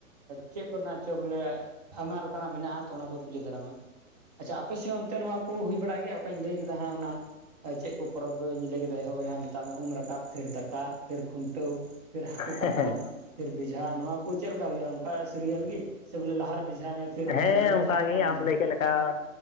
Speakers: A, on the right; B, on the left.
A: ᱪᱮᱫ ᱠᱚᱨᱮᱱᱟᱜ ᱪᱚ ᱵᱚᱞᱮ ᱟᱭᱢᱟ ᱨᱚᱠᱚᱢᱟᱜ ᱢᱮᱱᱟᱜᱼᱟ ᱛᱚ ᱚᱱᱟ ᱠᱚ ᱯᱩᱡᱟᱹ ᱫᱟᱨᱟᱢᱟ᱾ ᱟᱪᱪᱷᱟ ᱟᱯᱮᱥᱮᱡ ᱦᱚ ᱚᱱᱛᱮ ᱱᱚᱣᱟ ᱠᱚ ᱦᱩᱭ ᱵᱟᱲᱟᱜ ᱜᱮᱭᱟ ᱚᱠᱟᱧ ᱞᱟᱹᱭ ᱠᱮᱫᱟ ᱦᱟᱸᱜ ᱚᱱᱟ ᱪᱮᱫ ᱠᱚ? ᱯᱚᱨᱚᱵᱽ ᱤᱧ ᱞᱟᱹᱭ ᱠᱮᱫᱟ ᱮᱦᱚᱵ ᱨᱮᱦᱟᱜ ᱢᱮᱛᱟᱜ ᱢᱮ ᱩᱢ ᱨᱟᱠᱟᱵ ᱯᱷᱤᱨ ᱫᱟᱠᱟ ᱯᱷᱤᱨ ᱠᱷᱩᱱᱴᱟᱹᱣ᱾ ᱯᱷᱤᱨ ᱦᱟᱹᱠᱩ
B: ᱦᱮᱸ
A: ᱠᱟᱴᱠᱚᱢ ᱯᱷᱤᱨ ᱵᱮᱡᱷᱟ ᱱᱚᱣᱟ ᱠᱚ ᱪᱮᱫ ᱞᱮᱠᱟ ᱦᱩᱭᱩᱜᱼᱟ ᱚᱱᱠᱟ ᱥᱤᱨᱤᱭᱟᱞ ᱜᱮ ᱥᱮ ᱵᱚᱞᱮ ᱞᱟᱦᱟ ᱨᱮ ᱵᱮᱡᱷᱟᱭ ᱢᱮ ᱯᱷᱤᱨ ᱦᱟᱱᱛᱮ
B: ᱦᱮᱸ
A: ᱵᱚᱞᱮ
B: ᱚᱱᱠᱟ
A: ᱡᱟᱦᱟᱸ ᱞᱮᱠᱟ
B: ᱜᱮ
A: ᱢᱚᱡᱽ
B: ᱟᱢ ᱞᱟᱹᱭ
A: ᱵᱟᱝ
B: ᱠᱮᱫ ᱞᱮ ᱠᱟ